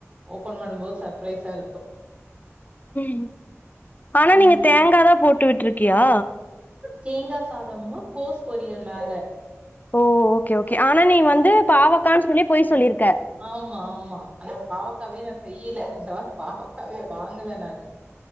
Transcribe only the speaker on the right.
ஓபன் பண்ணும்போது சர்ப்ரைஸா இருக்கு
ம்
தேங்காசாதமு கோஸ் பொரியல் மேல
ஆமா ஆமா ஆனா பாவக்காவே நா செய்யல நா பாவக்காவே வாங்கல நானு